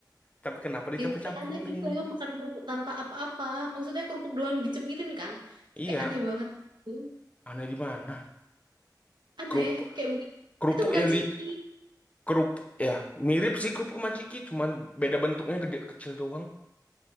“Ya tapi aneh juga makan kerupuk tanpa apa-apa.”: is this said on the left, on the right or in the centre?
Right